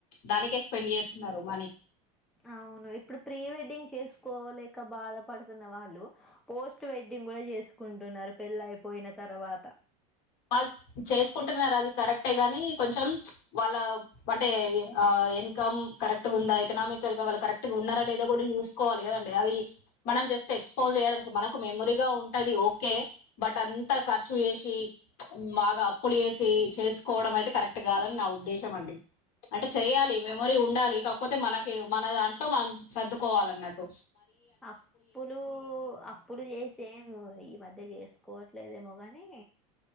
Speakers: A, on the left; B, in the centre.
A: దానికే స్పెండ్ చేస్తున్నారు మనీ
B: అవును ఇప్పుడు ప్రీ వెడ్డింగ్ చేసుకోలేక బాధపడుతున్న వాళ్ళు పోస్ట్ వెడ్డింగ్ కూడా చేసుకుంటున్నారు పెళ్ళ అయిపోయిన తర్వాత
A: వాళ్ళు చేసుకుంటున్నారు అది కరెక్టే గాని కొంచెం వాళ్ళ అంటే ఇన్కమ్ కరెక్ట్ ఉందా ఎకనామికల్ గా వాళ్ళు కరెక్ట్గా ఉన్నారా లేదో కూడా చూసుకోవాలి కదండి అది మనం జస్ట్ ఎక్స్పోజ్ చేయడానికి మనకు మెమరీగా ఉంటంది ఓకే బట్ అంత ఖర్చు చేసి బాగా అప్పులు చాసి చేసుకోవడం అయితే కరెక్ట్ కాదని నా ఉద్దేశం అండి అంటే చెయ్యాలి మెమరీ ఉండాలి కాకపోతే మనకి మన దాంట్లో మనం సర్దుకోవాల అన్నట్టు
B: అప్పులు అప్పు అప్పులు చేసేమ ఈ మధ్య చేసుకోవట్లేదేమో కాని